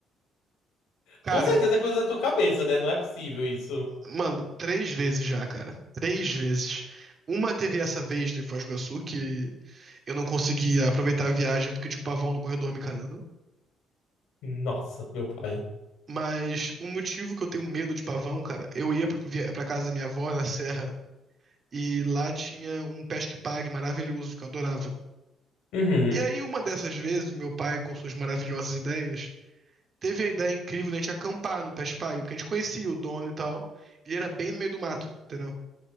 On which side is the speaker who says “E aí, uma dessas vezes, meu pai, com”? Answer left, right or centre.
Right